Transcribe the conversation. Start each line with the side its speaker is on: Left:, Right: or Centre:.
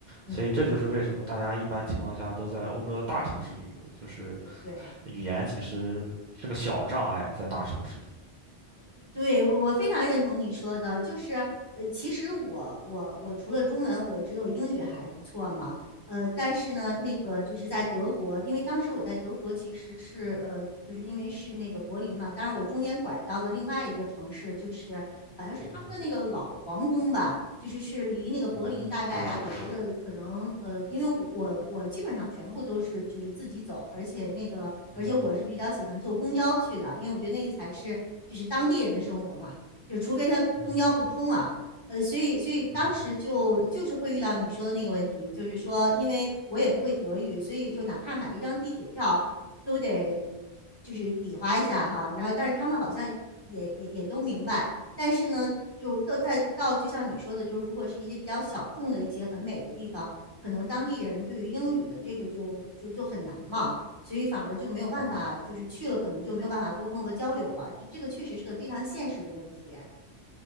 Left: 嗯嗯嗯，
Right: 所以这就是为什么大家一般情况下都在欧洲的大城市旅游，就是。
Left: 对。
Right: 语言其实是个小障碍，在大城市里。
Left: 对，我我非常认同你说的，就是呃，其实我我我除了中文，我只有英语还不错嘛。呃，但是呢，那个就是在德国，因为当时我在德国其实是呃，就是因为是那个柏林嘛，当然我中间拐到了另外一个城市，就是好像是他们的那个老皇宫吧。
Right: 嗯哼，
Left: 就是是离那个柏林大概，
Right: 嗯哼，
Left: 我觉得可能呃，因为我我我基本上全部都是就是自己走，而且那个而且我是比较喜欢坐公交去的，
Right: 嗯哼，
Left: 因为我觉得那个才是就是当地人的生活嘛，就除非他公交不通啊，
Right: 嗯哼，
Left: 呃，所以所以当时就就是会遇到你说的那个问题，
Right: 嗯哼，
Left: 就是说因为我也不会德语，所以就哪怕买一张地铁票都得就是比划一下哈，然后但是他们好像也也也都明白。但是呢，就到再到就像你说的，就是如果是一些比较小众的一些很美的地方，可能当地人对于英语的这个就就就很难嘛，所以反而就没有办法，
Right: 嗯
Left: 就是去了可能就没有办法沟通和交流了。这这个确实是个非常现实的问题。